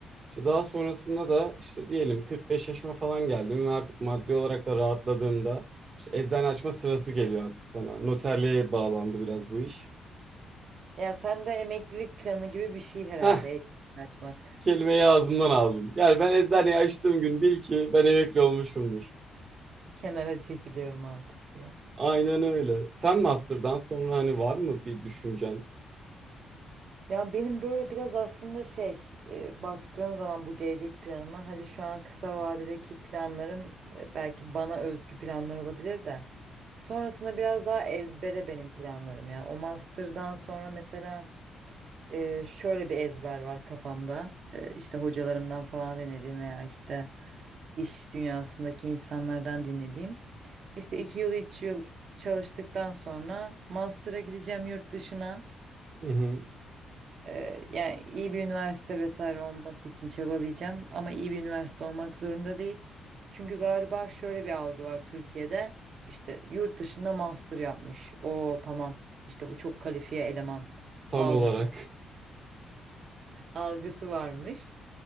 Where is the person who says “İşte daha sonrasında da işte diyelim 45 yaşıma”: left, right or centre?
Right